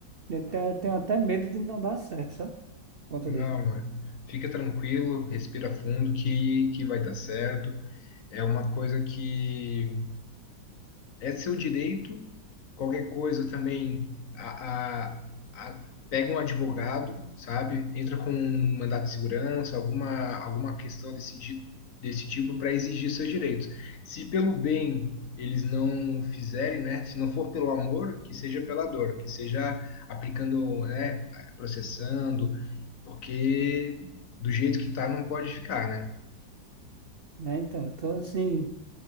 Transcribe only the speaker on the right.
eu até, tenho até medo de não dar certo, sabe? Por conta
disso.
Né? Então, eu tô assim,